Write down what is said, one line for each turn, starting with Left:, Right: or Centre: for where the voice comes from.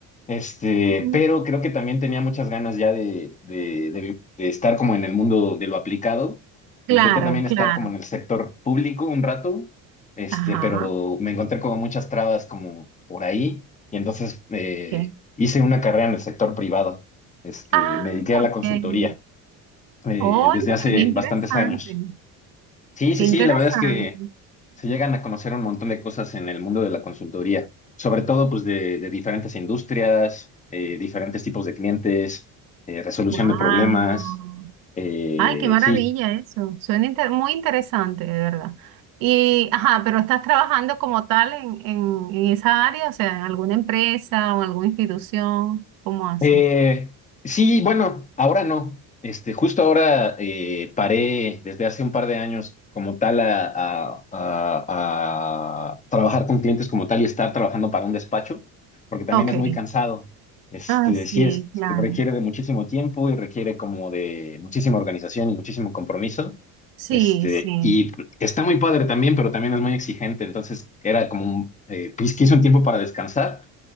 Left: este,
Right: ujú.
Left: pero creo que también tenía muchas ganas ya de, de, de- de estar como en el mundo de lo aplicado.
Right: Claro,
Left: Intenté también
Right: claro.
Left: estar como en el sector público un rato, este,
Right: Ajá,
Left: pero me encontré como muchas trabas como por ahí, y entonces eh,
Right: ok.
Left: hice una carrera en el sector privado, este,
Right: Ah,
Left: me dediqué
Right: ok.
Left: a la consultoría eh,
Right: Oye,
Left: desde hace
Right: qué interesante.
Left: bastantes años. Sí, sí,
Right: Qué
Left: sí,
Right: interesante.
Left: la verdad es que se llegan a conocer un montón de cosas en el mundo de la consultoría, sobre todo pues de, de diferentes industrias, eh, diferentes tipos de clientes, eh, resolución
Right: Wow.
Left: de problemas. Eh,
Right: Ay, qué maravilla
Left: sí,
Right: eso. Suena inter- muy interesante, de verdad. Y, ajá, pero estás trabajando como tal en, en, en esa área, o sea, en alguna empresa o en alguna institución. ¿Cómo haces?
Left: Eh, sí, bueno, ahora no. Este, justo ahora eh, paré desde hace un par de años como tal a, a- a- a trabajar con clientes como tal y estar trabajando para un despacho, porque también
Right: Ok.
Left: es muy cansado. Este,
Right: Ah, sí,
Left: sí es,
Right: claro.
Left: requiere de muchísimo tiempo y requiere como de muchísima organización y muchísimo compromiso.
Right: Sí,
Left: Este,
Right: sí.
Left: y está muy padre también, pero también es muy exigente. Entonces era como un, eh, quis- quise un tiempo para descansar.